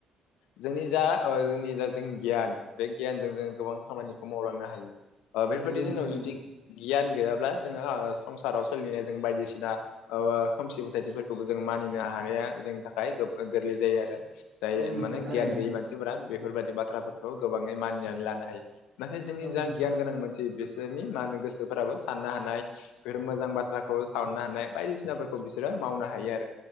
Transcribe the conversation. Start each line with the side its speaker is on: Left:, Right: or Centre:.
Left: जोंनि जा <unintelligible> जोंनि जा जों गियान बे गियानजों जों गोबां खामानिखौ मावलांनो हायो ओ बेफोरबायदि
Right: नंगौ नोंथां
Left: जोंनाव
Right: नंगौ
Left: जुदि गियान गैयाब्ला जोङो ओ संसाराव सोलिनाया जों बायदिसिना <unintelligible> खोमसि फोथायथिफोरखौबो जों मानिनो हानाया जोंनि थाखाय <unintelligible> गोरलै जायो आरो। जाय
Right: औ नोंथां
Left: माने
Right: थारैनो
Left: गियान गैयि मानसिफोरा बेफोरबायदि बाथ्राफोर खौ गोबाङै मानिनानै लानो हायो नाथाय जोंनि
Right: औ
Left: जा
Right: नोंथां
Left: गियान गोनां मानसि <unintelligible> मा होनो गोसोफोराबो साननो हानाय बेफोर मोजां बाथ्राखौ साननो हानाय बायदिसिनाफोरखौ बिसोरो मावनो हायो आरो